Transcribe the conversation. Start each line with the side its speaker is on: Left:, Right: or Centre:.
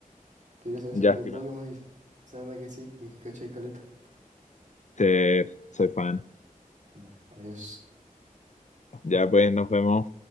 Right: Quería saber
Left: Ya,
Right: si jugáis
Left: estimado.
Right: Pokémon y se nota que sí, y cachai caleta.
Left: Te- soy fan.
Right: Ya, adiós.
Left: Ya pues, nos vemos.